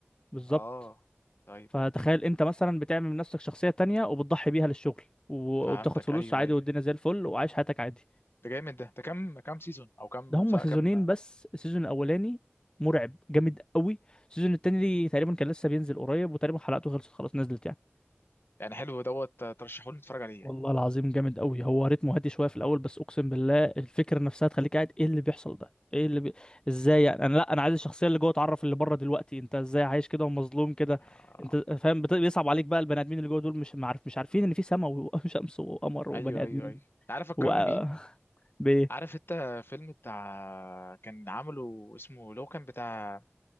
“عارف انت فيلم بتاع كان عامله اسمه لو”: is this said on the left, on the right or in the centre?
Left